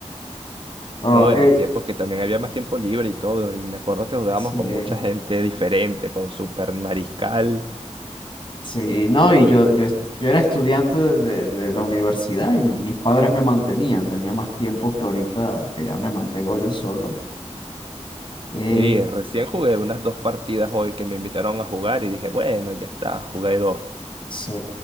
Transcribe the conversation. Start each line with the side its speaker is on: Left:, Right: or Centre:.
Left: Oh,
Right: No,
Left: eh,
Right: eran tiempos que también había más tiempo libre y todo, y me acuerdo que jugábamos
Left: sí,
Right: con mucha gente diferente, con Super Mariscal.
Left: sí, no, y yo, yo, est- yo era estudiante de, de- de la universidad y m- mis padres me mantenían. Tenía más tiempo que ahorita, que ya me mantengo yo solo. Eh,
Right: Sí, recién jugué unas dos partidas hoy que me invitaron a jugar y dije, bueno, ya está, jugué dos.
Left: sí.